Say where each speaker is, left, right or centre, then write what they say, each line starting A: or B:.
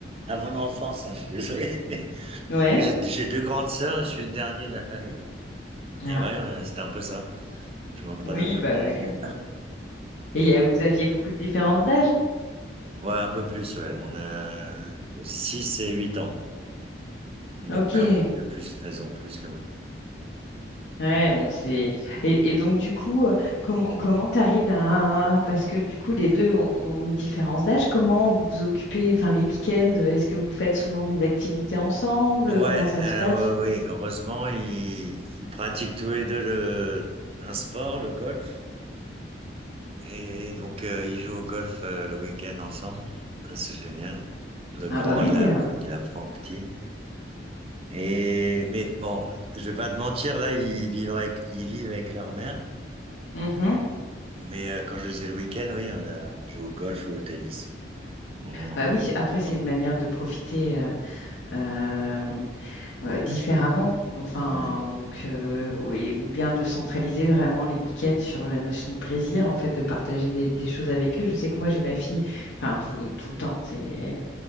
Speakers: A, on the right; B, on the left.
A: à mon enfance, hein, je suis désolé. <laughs>
B: ouais.
A: Moi, j'ai j'ai deux grandes sœurs, je suis le dernier de la famille.
B: Ah,
A: Et ouais, euh, c'était un peu ça. Je m'en prenais
B: oui,
A: un peu
B: bah
A: plein
B: ouais.
A: la gueule.
B: Et euh, vous aviez beaucoup de différences d'âge?
A: Ouais, un peu plus, ouais. On a 6 et 8 ans. Donc,
B: Ok.
A: Ah, euh, de plus, elles ont plus que moi.
B: Ouais, donc c'est et, et donc du coup, euh, comment comment t'arrives à parce que du coup les deux ont, ont une différence d'âge. Comment vous vous occupez, enfin les week-ends, euh, est-ce que vous faites souvent des activités ensemble?
A: Ouais,
B: Comment ça
A: euh,
B: se passe?
A: ouais, oui. Heureusement, ils, ils pratiquent tous les deux le, un sport, le golf. Et donc, euh, ils jouent au golf euh, le week-end ensemble. Ah, C'est génial. Le
B: Ah
A: grand,
B: bah oui.
A: ah, il, trop a,
B: hein.
A: cool. il apprend au petit. Et, mais bon, je vais pas te mentir, là, ils vivent avec, ils vivent avec leur mère.
B: Mhm.
A: Mais euh, quand je les ai le week-end, oui, euh, on joue au golf ou au tennis. On-
B: Bah oui.
A: fait
B: Après
A: du sport.
B: c'est une manière de profiter euh, euh, euh, différemment. Enfin
A: Ouais.
B: donc euh, oui, ou bien de centraliser vraiment les week-ends sur la notion de plaisir en fait de partager des, des choses avec eux. Je sais que moi j'ai ma fille, enfin tout, tout le temps c'est